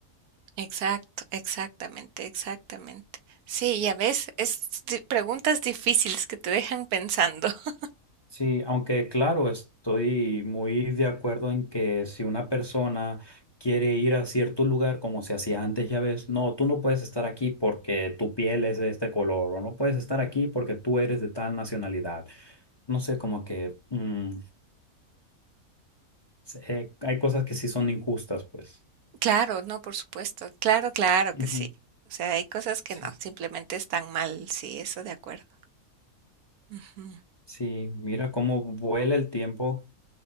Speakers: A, on the right; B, on the left.
A: Exacto, exactamente, exactamente. Sí, ya ves, es di- preguntas difíciles que te dejan pensando. <laughs>
B: Sí, aunque claro, estoy muy de acuerdo en que si una persona quiere ir a cierto lugar como se hacía antes, ya ves, no, tú no puedes estar aquí porque tu piel es de este color, o no puedes estar aquí porque tú eres de tal nacionalidad. No sé, como que mm, se- eh, hay cosas que sí son injustas, pues.
A: Claro, no, por supuesto. Claro, claro
B: Ujú,
A: que sí. O sea, hay cosas que
B: Sí,
A: no, simplemente están mal. Sí, eso de acuerdo. Ujú.
B: sí, mira cómo vuela el tiempo